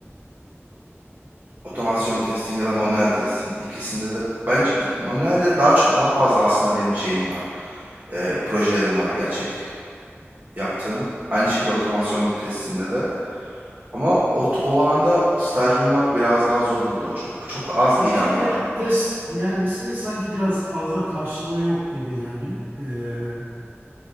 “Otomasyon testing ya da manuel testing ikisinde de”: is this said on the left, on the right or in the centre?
Right